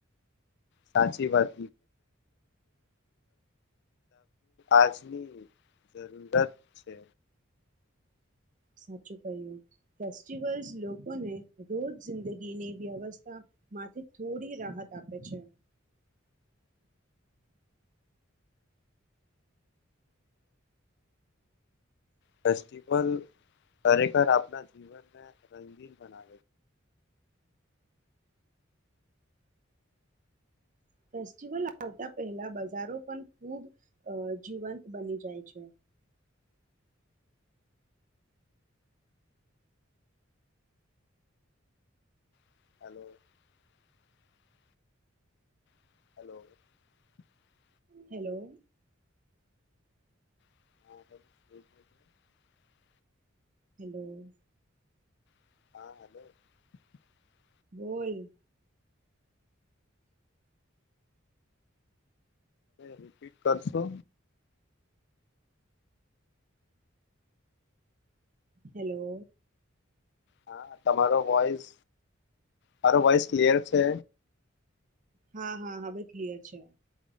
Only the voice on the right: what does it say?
સાચું કહ્યું ફેસ્ટિવલ્સ લોકોને રોજ જિંદગીની વ્યવસ્થામાંથી થોડી રાહત આપે છે.
ફેસ્ટિવલ આવતા પહેલા બજારો પણ ખૂબ અ જીવંત બની જાય છે.
હેલો.
હલો.
બોલ.
હેલો.
હા હા હવે ક્લિયર છે.